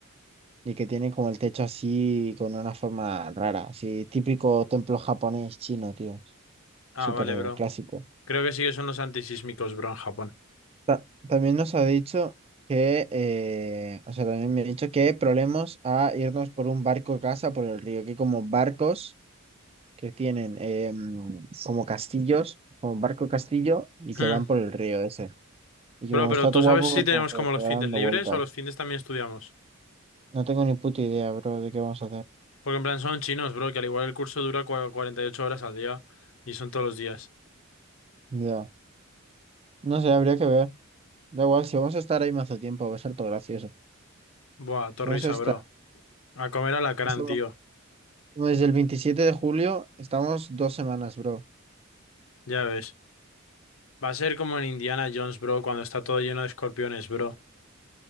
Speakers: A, on the right (about 25°); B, on the left (about 70°).
A: y que tiene como el techo así con una forma rara, así típico templo japonés chino, tío.
B: Ah,
A: Súper
B: vale, bro.
A: clásico.
B: Creo que sí que son los antisísmicos, bro, en Japón.
A: Ta- también nos ha dicho que, eh, o sea, también me ha dicho que problemas a irnos por un barco a casa por el río, que como barcos. que tienen eh, como castillos, como barco castillo, y que
B: Hmm.
A: van por el río ese. Y
B: Bro,
A: que como
B: pero
A: está
B: ¿tú
A: todo
B: sabes
A: guapo
B: si
A: porque
B: tenemos
A: como que
B: como los
A: te va
B: findes
A: dando
B: libres
A: vueltas.
B: o los findes también estudiamos?
A: No tengo ni puta idea, bro, de qué vamos a hacer.
B: Porque en plan son chinos, bro, que al igual el curso dura cua- 48 horas al día y son todos los días.
A: Ya. No sé, habría que ver. Da igual, si vamos a estar ahí mazo tiempo, va a ser todo gracioso.
B: Buah,
A: Si
B: torrisa,
A: vamos a estar,
B: bro. A comer alacrán,
A: no estamos
B: tío.
A: como desde el 27 de julio, estamos dos semanas, bro.
B: Ya ves. Va a ser como en Indiana Jones, bro, cuando está todo lleno de escorpiones, bro.